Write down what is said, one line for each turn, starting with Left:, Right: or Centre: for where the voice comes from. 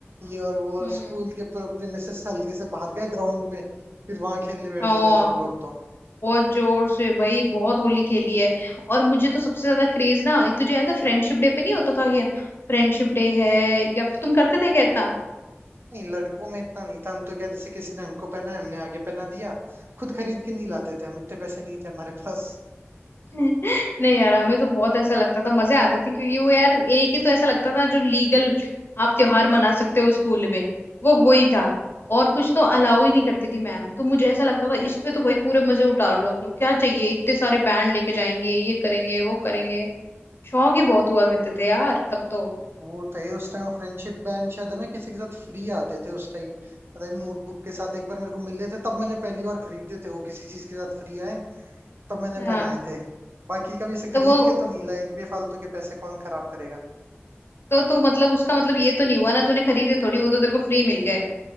Right: ये और वो और
Left: हम्म
Right: स्कूल के प्रेमिसेस से हल्के से बाहर गए ग्राउंड में फिर वहां खेलने बैठ
Left: हाँ
Right: जाते थे हम लोग तो
Left: बहुत जोर से भाई बहुत होली खेली है और मुझे तो सबसे ज्यादा क्रेज ना तुझे याद है फ्रेंडशिप डे पे नहीं होता था क्या फ्रेंडशिप डे है या फिर तुम करते थे क्या इतना
Right: नहीं लड़कों में इतना नहीं था हम तो क्या जैसे किसी ने हमको पहना है हमने आगे पहना दिया खुद खरीद के नहीं लाते थे हम इतने पैसे नहीं थे हमारे पास
Left: नहीं यार हमें तो बहुत ऐसा लगता था मजे आते थे क्योंकि वो यार एक ही तो ऐसा लगता था जो लीगल आप त्योहार मना सकते हो स्कूल में वो वो ही था और कुछ तो अलाउ ही नहीं करती थी मैम तो मुझे ऐसा लगता था इस पे तो भाई पूरे मजे उतार लो अपने क्या चाहिए इतने सारे बैंड लेके जाएंगे ये करेंगे वो करेंगे शौक ही बहुत हुआ करते थे यार तब तो
Right: वो तो ये उस टाइम फ्रेंडशिप बैंड शायद है ना किसी के साथ फ्री आते थे उस टाइम पता नहीं नोटबुक के साथ एक बार मेरे को मिले थे तब मैंने पहली बार खरीदे थे वो किसी चीज के साथ फ्री आए तब मैंने
Left: हाँ
Right: पहनाए थे बाकी कभी इसे
Left: तो
Right: खरीद
Left: वो
Right: के तो नहीं लाए एक बेफालतू के पैसे कौन खराब करेगा
Left: तो तू मतलब उसका मतलब ये तो नहीं हुआ ना तूने खरीदे थोड़ी वो तो तेरे को फ्री मिल गए